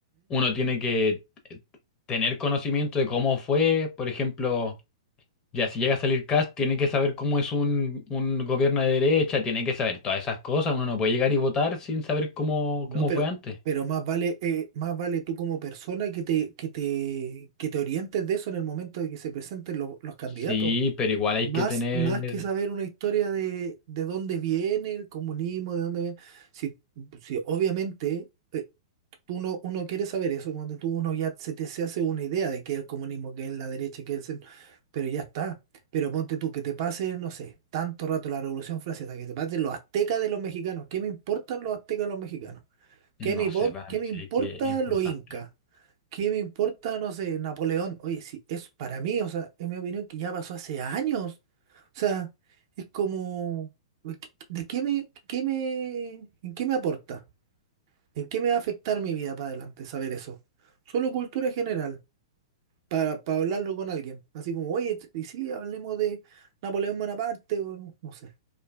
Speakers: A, on the left; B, on the right.
A: uno tiene que eh, tener conocimiento de cómo fue, por ejemplo. Ya, si llega a salir Cast, tiene que saber cómo es un, un gobierno de derecha, tiene que saber todas esas cosas. Uno no puede llegar y votar sin saber cómo,
B: No,
A: cómo
B: pero,
A: fue antes.
B: pero más vale, eh, más vale tú como persona que te, que te, que te orientes de eso en el momento de que se presenten los, los candidatos.
A: Sí, pero igual
B: Sí.
A: hay
B: Más,
A: que tener,
B: más que saber una historia de, de dónde viene el comunismo, de dónde viene. Si, si obviamente eh, tú no, uno quiere saber eso, cuando tú uno ya se te se hace una idea de qué es el comunismo, qué es la derecha, qué es el centro, pero ya está. Pero ponte tú que te pase, no sé, tanto rato la Revolución Francesa, que te pasen los aztecas de los mexicanos. ¿Qué me importan los aztecas de los mexicanos? ¿Qué
A: no
B: me, pon-
A: sé, para
B: qué
A: mí
B: me
A: sí
B: importa
A: que es importante.
B: los incas? ¿Qué me importa, no sé, Napoleón? Oye, sí, es para mí, o sea, es mi opinión que ya pasó hace años. O sea, es como, ¿de qué de qué me, qué me, en qué me aporta? ¿En qué me va a afectar mi vida para adelante saber eso? Solo cultura general, para, para hablarlo con alguien. Así como, oye, t- y sí, hablemos de Napoleón Bonaparte, o no, no sé.